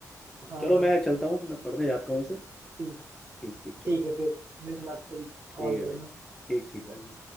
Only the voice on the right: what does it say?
हाँ
हाँ
ठीक
ठीक है फिर मिलना तो फिर
कॉल
करना